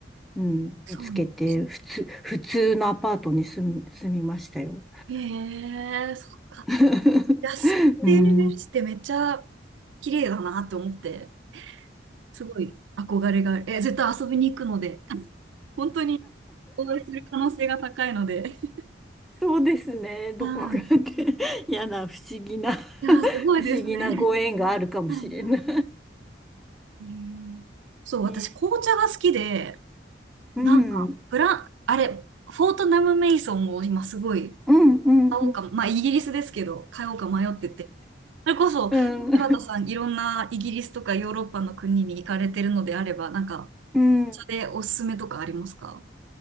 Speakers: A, in the centre; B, on the right.
A: うん、
B: そうなんです
A: 見つけて、普通、普通のアパートに住み、住みましたよ。
B: ね。へえ、そっか。
A: <laughs>
B: いや、ステーヌベルスってめっちゃ
A: うん。うん
B: 綺麗だなって思って、すごい憧れがある。え、絶対遊びに行くので、<laughs> 本当にお会いする可能性が高いので。<laughs>
A: そうですね。どこかで
B: はい。
A: <laughs> 嫌な不思議な
B: いや、
A: <laughs>
B: すごいですね。
A: 不思議なご縁があるかもしれない。
B: はいはいへえそう、私、
A: ね
B: 紅茶が好きで、
A: うん。
B: なんか、フラン、あれ、フォートナム・メイソンを今すごい
A: うん、うん、
B: 買おうか、
A: うん。
B: まあ、イギリスですけど、買おうか迷ってて。それこそ、
A: うん。
B: 柴田さん、いろんなイギリスとかヨーロッパの国に行かれてるのであれば、なんか、
A: うん
B: お茶でおすすめとかありますか